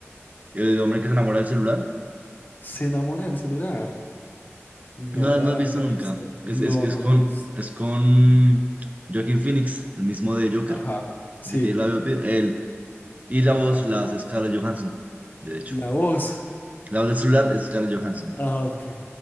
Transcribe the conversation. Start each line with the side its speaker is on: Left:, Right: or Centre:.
Right: el hombre que se enamora del celular.
Left: Se enamora del celular. No
Right: No, la-
Left: la,
Right: no has visto
Left: no la
Right: nunca.
Left: he visto.
Right: Es,
Left: No,
Right: es que es
Left: no
Right: con,
Left: la he visto.
Right: es con Joaquin Phoenix, el mismo de Joker,
Left: Ajá. Sí.
Right: el que tiene el labio, Y
Left: Ajá.
Right: la voz la hace Scarlett Johansson, de hecho.
Left: La voz.
Right: La voz del celular es Scarlett Johansson.
Left: Ajá, ok.